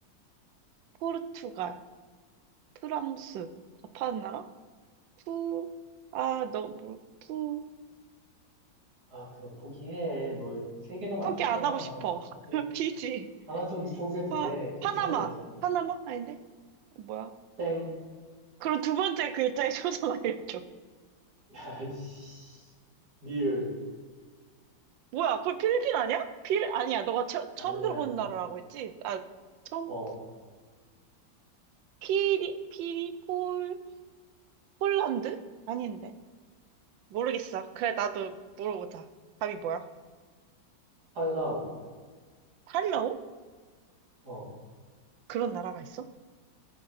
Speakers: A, on the right (about 80°); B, on the right (about 55°).
A: 포르투갈, 프랑스. 다 파는 나라? 푸, 아, 너, 뭐, 푸.
B: 아, 그냥 포기해. 너 세 개나 맞췄잖아.
A: 포기 안 하고 싶어.
B: 하나 좀,
A: <laughs> 피지,
B: 하나 정도 포기해도
A: 파,
B: 돼. 괜찮아,
A: 파나마.
B: 괜찮아.
A: 파나마? 아닌데? 어, 뭐야?
B: 땡.
A: 그럼 두 번째 글자의 초성 알려줘.
B: <laughs> 야, 이씨. 리을.
A: 뭐야, 그럼 필리핀 아니야? 필, 아니야, 너가 처, 처음
B: 아니야,
A: 들어본
B: 아니야.
A: 나라라고 했지? 아, 처음,
B: 어,
A: 피리, 피리, 폴, 폴란드? 아닌데? 모르겠어. 그래, 나도 물어보자. 답이 뭐야?
B: 팔라우.
A: 팔로우?
B: 어,
A: 그런 나라가 있어?